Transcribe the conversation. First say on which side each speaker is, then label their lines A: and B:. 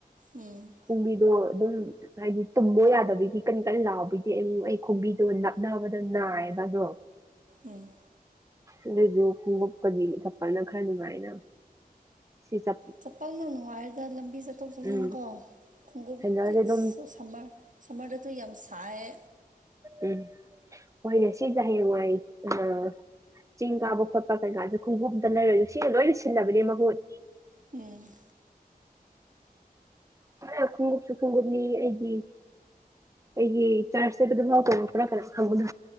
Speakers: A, on the right; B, on the right.
A: ꯎꯝ
B: ꯀꯨꯝꯕꯤꯗꯣ ꯑꯗꯨꯝ ꯍꯥꯏꯗꯤ ꯇꯨꯝꯃ ꯌꯥꯗꯕꯒꯤ ꯀꯔꯤ ꯀꯔꯤ ꯂꯥꯎꯕꯗꯤ ꯑꯩ ꯑꯩ ꯈꯣꯡꯕꯤꯗꯣ ꯅꯞꯅꯕꯗ ꯅꯥꯏꯌꯦꯕ ꯑꯗꯣ
A: ꯎꯝ
B: ꯑꯗꯨꯁꯨ ꯈꯣꯡꯎꯞꯀꯗꯤ ꯊꯛꯄꯅ ꯈꯔ ꯅꯨꯡꯉꯥꯏꯅ ꯁꯤ ꯆ
A: ꯆꯄꯜꯅ ꯅꯨꯡꯉꯥꯏꯔꯦꯗ ꯂꯝꯕꯤ ꯆꯠꯊꯣꯛ ꯆꯠꯁꯤꯟ
B: ꯎꯝ
A: ꯀꯣ ꯈꯣꯡꯎꯞꯇꯤ
B: ꯁꯦꯟꯗꯜꯁꯦ
A: ꯑꯁ
B: ꯑꯗꯨꯝ
A: ꯑ ꯁꯝꯃꯔ ꯁꯃꯔꯗ ꯗꯨ ꯌꯥꯝ ꯁꯥꯏꯌꯦ
B: ꯎꯝ ꯍꯣꯏꯅꯦ ꯁꯤꯁꯦ ꯍꯌꯦꯡ ꯋꯥꯏ ꯑ ꯆꯤꯡ ꯀꯥꯕ ꯈꯣꯠꯄ ꯀꯩꯀꯥꯥꯁꯦ ꯈꯣꯡꯎꯞꯇ ꯂꯩꯔꯣꯏꯁꯨ ꯁꯤꯅ ꯂꯣꯏ ꯁꯤꯜꯂꯕꯅꯤ ꯃꯍꯨꯠ
A: ꯎꯝ
B: ꯐꯔꯦ ꯈꯨꯡꯎꯞꯁꯨ ꯈꯨꯡꯎꯞꯅꯤ ꯑꯩꯗꯤ ꯑꯩꯒꯤ ꯆꯥꯔꯖ ꯆꯠꯄꯗꯐꯥꯎ ꯇꯣꯡꯉꯛꯄ꯭ꯔꯥ ꯀꯅꯥ ꯈꯪꯕꯅꯣ